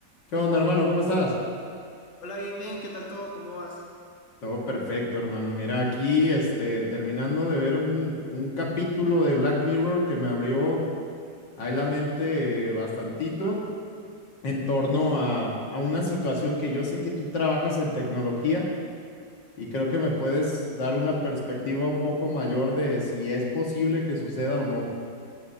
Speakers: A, on the left; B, on the left.
A: ¿Qué onda, hermano? ¿Cómo estás?
B: Hola, bien, bien, ¿qué tal todo? ¿Cómo vas?
A: Todo perfecto, hermano. Mira, aquí, este, terminando de ver un, un capítulo de Black Mirror que me abrió ahí la mente eh, bastantito en torno a, a una situación que yo sé que tú trabajas en tecnología y creo que me puedes dar una perspectiva un poco mayor de si es posible que suceda o no.